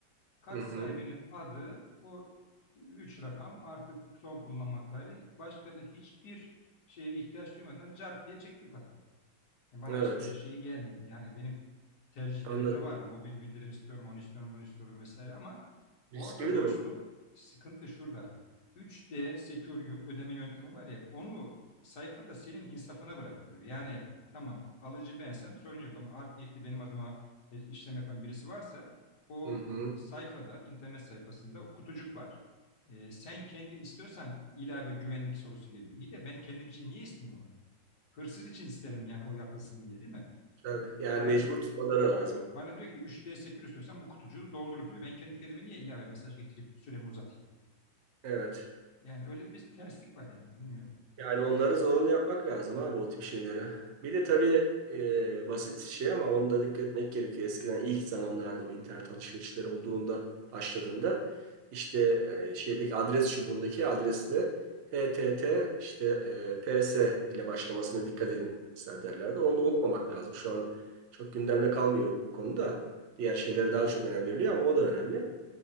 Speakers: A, on the left; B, on the right.
A: Kars
B: Hı hı.
A: sahibinin adı o üç rakam artık son kullanma tarihi. Başka da hiçbir şeye ihtiyaç duymadan cart diye çekti parayı. E, Bana
B: Evet.
A: hiçbir şeyi gelmedi. Yani benim tercihlerimde
B: Anladım.
A: var. Mobil bildirim istiyorum, onu istiyorum, bunu istiyorum vesaire ama orada
B: Riskli bir
A: dostum
B: durum.
A: sıkıntı şurada. Üç d Secure yö- ödeme yöntemi var ya onu sayfada senin insafına bırakıyor. Yani tamam alıcı bensem sorun yok ama art niyetli benim adıma e, işlem yapan birisi varsa o
B: Hı hı.
A: sayfada, internet sayfasında o kutucuk var. E, sen kendin istiyorsan ilave güvenlik sorusu geliyor. İyi de ben kendim için niye isteyeyim onu? hırsız için isterim yani o yapılsın diye değil mi?
B: Tabii. Yani
A: Bana
B: mecbur tutmaları lazım.
A: bana diyor ki üç d sekür istiyorsan bu kutucuğu doldur diyor. Ben kendi kendime niye ilave mesaj getirip süremi uzatayım?
B: Evet.
A: Yani öyle de bir terslik var yani bilmiyorum.
B: Yani onları zorunlu yapmak lazım abi o tip şeyleri. Bir de tabii e, basit şey ama onu da dikkat etmek gerekiyor. Eskiden ilk zamanlarda bu internet alışverişleri olduğunda başladığında işte e, şeydeki adres çubuğundaki adresle HTT işte e, PS ile başlamasına dikkat edin mesela derlerdi. Onu da unutmamak lazım. Şu an çok gündemde kalmıyor bu konuda. Diğer şeylere daha çok önem veriliyor ama o da önemli.